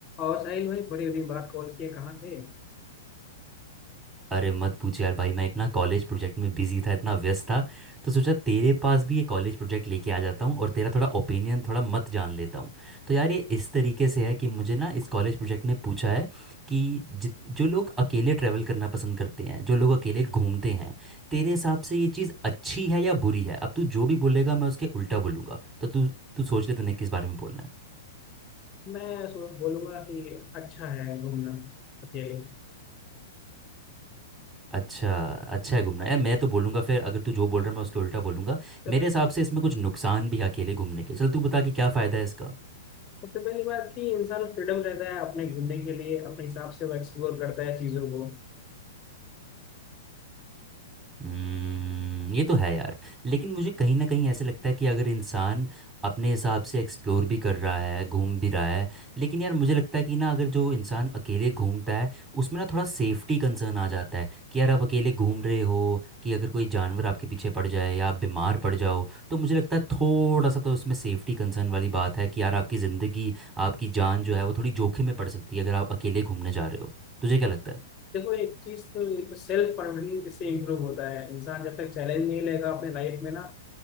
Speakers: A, on the left (about 30°); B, on the right (about 20°).
A: और साहिल भाई बड़ी दिन बाद कॉल किए कहाँ थे
B: अरे मत पूछ यार भाई मैं एक ना कॉलेज प्रोजेक्ट में बिजी था इतना व्यस्त था तो सोचा तेरे पास भी ये कॉलेज प्रोजेक्ट लेके आ जाता हूँ और तेरा थोड़ा ओपिनियन थोड़ा मत जान लेता हूँ तो यार ये इस तरीके से है कि मुझे ना इस कॉलेज प्रोजेक्ट में पूछा है कि जित जो लोग अकेले ट्रैवल करना पसंद करते हैं जो लोग अकेले घूमते हैं तेरे हिसाब से ये चीज़ अच्छी है या बुरी है अब तू जो भी बोलेगा मैं उसके उल्टा बोलूँगा तो तू तू सोच ले तूने किस बारे में बोलना है
A: मैं सो बोलूंगा कि अच्छा है घूमना अकेले
B: अच्छा अच्छा है घूमना यार मैं तो बोलूँगा फिर अगर तू जो बोल रहा है मैं उसके उल्टा बोलूँगा
A: चलो
B: मेरे हिसाब से इसमें कुछ नुकसान भी है अकेले घूमने के चल तू बता कि क्या फ़ायदा है इसका
A: सबसे पहली बात कि इंसान फ्रीडम रहता है अपने घूमने के लिए अपने हिसाब से वो एक्सप्लोर करता है चीज़ों को
B: हम्म ये तो है यार लेकिन मुझे कहीं ना कहीं ऐसे लगता है कि अगर इंसान अपने हिसाब से एक्सप्लोर भी कर रहा है घूम भी रहा है लेकिन यार मुझे लगता है कि ना अगर जो इंसान अकेले घूमता है उसमें ना थोड़ा सेफ्टी कंसर्न आ जाता है कि यार आप अकेले घूम रहे हो कि अगर कोई जानवर आपके पीछे पड़ जाए या आप बीमार पड़ जाओ तो मुझे लगता है थोड़ा सा तो उसमें सेफ्टी कंसर्न वाली बात है कि यार आपकी ज़िंदगी आपकी जान जो है वो थोड़ी जोखिम में पड़ सकती है अगर आप अकेले घूमने जा रहे हो तुझे क्या लगता है
A: देखो एक चीज तो सेल्फ कॉन्फिडेंस इससे इम्प्रूव होता है इंसान जब तक चैलेंज नहीं लेगा अपने लाइफ में ना